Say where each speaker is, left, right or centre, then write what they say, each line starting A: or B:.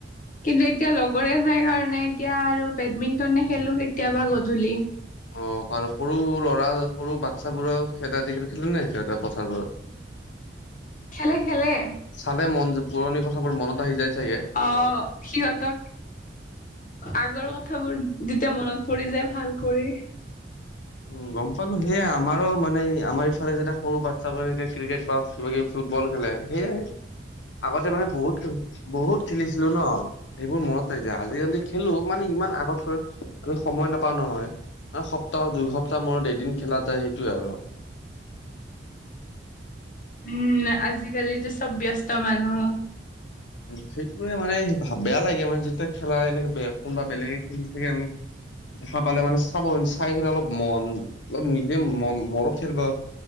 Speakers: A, on the left; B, on the left.
A: কিন্তু এতিয়া লগৰে নাই কাৰণে এতিয়া আৰু বেডমিণ্টনে খেলো কেতিয়াবা গধূলি।
B: অ আৰু সৰু ল'ৰা সৰু বাচ্ছাবোৰ খা যি খেলে নাই পথাৰবোৰত? <unintelligible>
A: খেলে খেলে।
B: চালে মন যে পুৰণি কথাবোৰ মনত আহি যায় চাগে?
A: অ' সিহঁতক- আগৰ কথাবোৰ যেতিয়া মনত পৰি যায় ভাল কৰি।
B: উম গম পালো সেয়া আমাৰো মানে আমাৰ ইফালে যেতিয়া সৰু বাচ্ছা বোৰে যেতিয়া ক্ৰিকেট বা- কিবা কিবি ফুটবল খেলে সেয়াই আগতে মানে বহুত বহুত খেলিছিলো ন। সেইবোৰ মনত আহি যায়। আজিকালি খেলো মানে ইমান আগতকৈ আমি সময় নাপাওঁ নহয়। মানে সপ্তাহত দুই সপ্তাহ মূৰত এদিন খেলা যায় সেইটোয়ে আৰু।
A: উম আজিকালি যে চব ব্যস্ত মানুহ।
B: উম সেইটোয়ে মানে বেয়া লাগে মানে যেতিয়া খেলা হয় এনেকে কোনোবা বেলেগে খেলি থাকে আমি- দেখা পালে মানে চাব চাই কিনে অলপ মন অ নিজে মন মনত খেলিব-